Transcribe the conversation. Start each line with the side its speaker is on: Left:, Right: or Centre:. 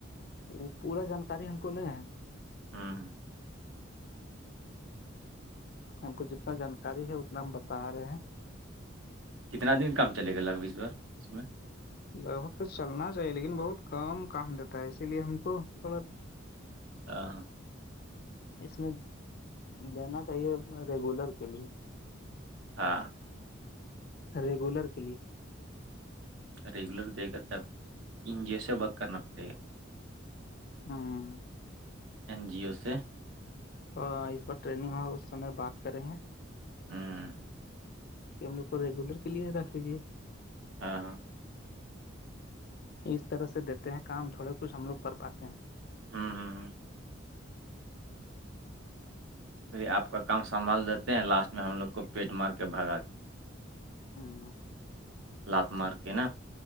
Left: وہ پورا جانکاری ہم کو لے ہے
Right: ہوں
Left: ہم کو جتنا جانکاری ہے اتنا ہم بتا رہے ہیں
Right: کتنا دن کم چلے گا لگو اس ب اس میں
Left: لگ بھگ تو چلنا چاہیے لیکن بہت کم کام دیتا ہے اسی لیے ہم کو تھوڑا
Right: ہاں
Left: اس میں دینا چاہیے ریگولر کے لیے
Right: ہاں
Left: ریگولر کے لیے
Right: ریگولر دیکھا تب ان جیسے بک کرنا پڑے گا
Left: ہاں
Right: این جی او سے
Left: اور اس بار ٹریننگ ہو اس سمے بات کر رہے ہیں
Right: ہوں
Left: کہ ہم لوگ کو ریگولر کے لیے رکھ لیجیے
Right: ہاں ہاں
Left: اس طرح سے دیتے ہیں کام تھوڑے کچھ ہم لوگ کر پاتے ہیں
Right: ہوں ہوں ہوں پی آپ کا کام سنبھال دیتے ہیں لاسٹ میں ہم لوگ کو پیٹ مار کے بھگا
Left: ہوں
Right: لات مارک ن